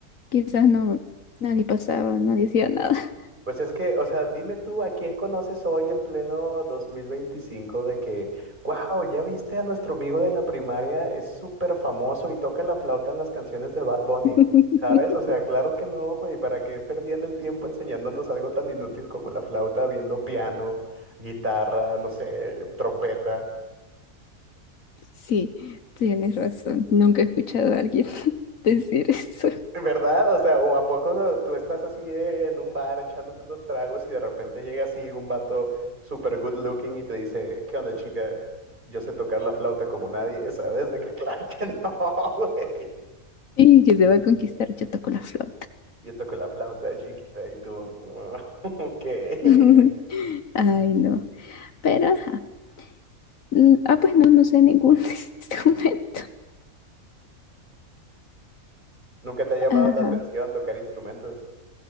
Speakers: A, on the left; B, on the right.
A: Quizás no, nadie pasaba, nadie hacía nada.
B: Pues es que, o sea, dime tú, ¿a quién conoces hoy en pleno 2025 de que, wow, ya viste a nuestro amigo de la primaria, es súper famoso y toca la flauta en las canciones de Bad Bunny,
A: <laughs>
B: ¿sabes? O sea, claro que no, güey, ¿para qué perdían el tiempo enseñándonos algo tan inútil como la flauta, viendo piano, guitarra, no sé, trompeta?
A: Sí, tienes razón. Nunca he escuchado a alguien <laughs> decir eso.
B: ¿Verdad? O sea, ¿o a poco no- tú estás así en un bar echándote unos tragos y de repente llega así un vato super good looking y te dice, ¿qué onda, chica? Yo sé tocar la flauta como nadie, ¿sabes? De que <laughs> claro que no, <laughs> güey.
A: Y que se va a conquistar yo toco la flauta.
B: Yo toco la flauta chiquita y tú, "Mm, <laughs> ok. <laughs>
A: <laughs> Ay, no. Pero, ajá. Mm, Ah, pues no, no sé ningún <laughs> instrumento.
B: ¿Nunca te ha llamado
A: Ajá.
B: la atención tocar instrumentos?